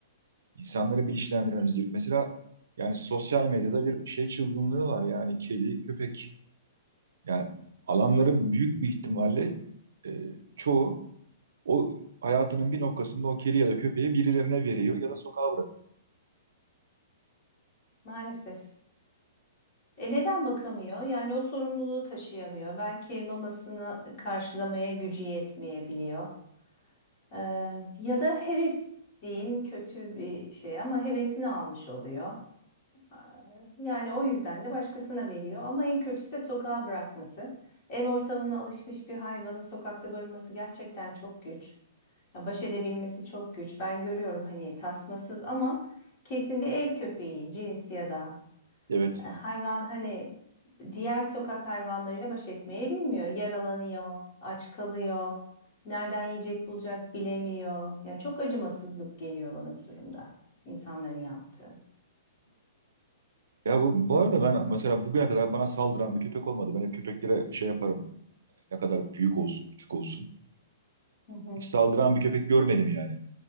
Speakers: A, on the right; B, on the left.
A: İnsanları bilinçlendirmemiz gerekiyor. Mesela yani sosyal medyada bir şey çılgınlığı var yani kedi, köpek. Yani alanların büyük bir ihtimalle e, çoğu o hayatının bir noktasında o kedi ya da köpeği birilerine veriyor ya da sokağa bırakıyor.
B: maalesef. E neden bakamıyor? Yani o sorumluluğu taşıyamıyor. Belki mamasını e, karşılamaya gücü yetmeyebiliyor. Ee, ya da heves diyeyim kötü bir şey ama hevesini almış oluyor. Ee, Yani o yüzden de başkasına veriyor. Ama en kötüsü de sokağa bırakması. Ev ortamına alışmış bir hayvanın sokakta barınması gerçekten çok güç. Ya baş edebilmesi çok güç. Ben görüyorum hani tasmasız ama kesin bir ev köpeği cins ya da
A: Evet.
B: e, Hayvan hani diğer sokak hayvanlarıyla baş etmeyi bilmiyor. Yaralanıyor, aç kalıyor, nereden yiyecek bulacak bilemiyor. Yani çok acımasızlık geliyor bana bu durumda insanların yaptığı.
A: Ya bu, bu arada ben mesela bugüne kadar bana saldıran bir köpek olmadı. Ben hep köpeklere şey yaparım. Ne kadar büyük olsun, küçük olsun.
B: Hı hı.
A: Hiç saldıran bir köpek görmedim yani.